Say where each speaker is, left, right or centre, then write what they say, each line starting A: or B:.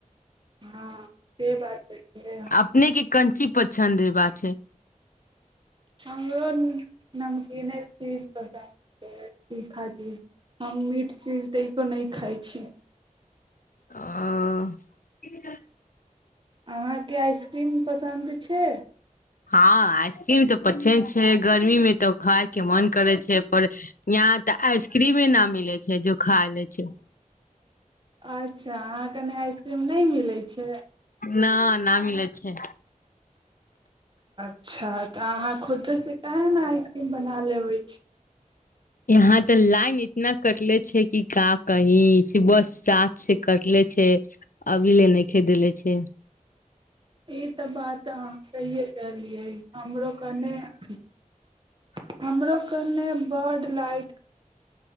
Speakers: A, on the right; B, on the left.
A: हँ से बात तऽ छै
B: अपने के कञ्ची पी छन्दे बात
A: हमगर नमकेन छै ठीक ह छै ह हम मीट चीज दै तऽ नहि खाइ छी
B: आ
A: अहाँके आइसक्रीम पसन्द छै
B: हँ आइसक्रीम तऽ पछे छै गर्मी मे तऽ खााय के मन करे छै पर यहाँ तऽ आइसक्रीम न मिले छै जो खा ले छै
A: अच्छा अहाँके नहि आइसक्रीम नहि मिलैत छै
B: न न मीिल छै
A: अच्छा तऽ अहाँ खुदसँ के ने आइसक्रीम बना लेबै छी
B: यहाँ तऽ लाइन इतना कटले छै कि का कही सुबह साथ से कटले छै अभी ले नहि खेदेले छै
A: ई <unintelligible> लाइ